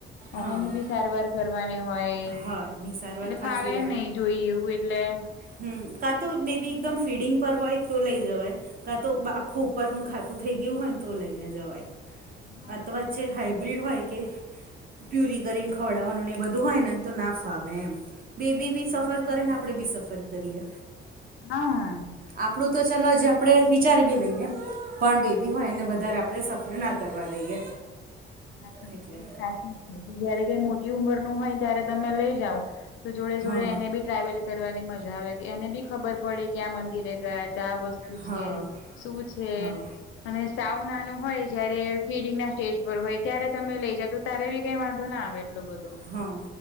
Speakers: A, on the right; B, on the left.
A: હા
B: એની બી સારવાર કરવારની હોય
A: હા એની સારવાર
B: એટ
A: ખાસી
B: ફાવે
A: રહે
B: નહ જોઈ એવું એટલે.
A: હમ કા તો બેબી એકદમ ફીડિંગ પર હોય તો લઇ જવાય. કાં તો આખું ઉપરનું ખાતું થઈ ગયું હોય ને તો લઈને જવાય.
B: હા
A: આથ વચ્ચે હાઈબ્રિડ હોય કે પ્યુરી કરીને ખવડાવવાનુંને બધું. હોય ને તો ના ફાવે એમ બે બી બી સફર
B: બરાબર
A: કરેને આપણેે
B: છે
A: બી સફર કરીએ.
B: હા.
A: આપડું તો ચાલ જે આપડે વિચારી બી લઈએ. પણ બેબી હોય એને વધારે આપડણે સફર ના કરવા દઈએ.
B: <inaudible> હ તો
A: એટલે
B: સાચી છે જયારે કઈ મોટી ઉંમર નું હોય ત્યારે તમે લઈ જાવ. જોડે જોડે
A: હા
B: એને બી ટ્રાવેલ કરવાની મજા આવે કે એને બી ખબર પડે કે આ મંદિરે ગયા ત્યા આ વસ્તુ.
A: હા
B: શું છે શું છે.
A: હા
B: અને સાઉન નાનું હોય જયારે ફીડિંગ ના સ્ટેજ પર હોય. ત્યારે તમે લઈ જા તો ત્યારે બી કઈ વાંધો ના આવે એટલો બધો.
A: હા.